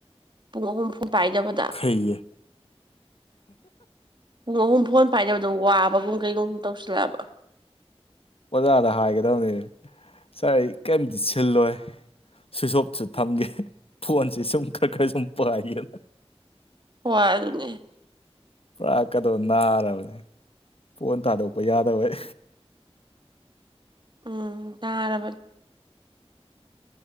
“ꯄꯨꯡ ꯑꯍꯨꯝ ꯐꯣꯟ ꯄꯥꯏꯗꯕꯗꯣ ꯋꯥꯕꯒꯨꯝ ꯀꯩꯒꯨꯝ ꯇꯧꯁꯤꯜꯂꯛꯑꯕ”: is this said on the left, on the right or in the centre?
Right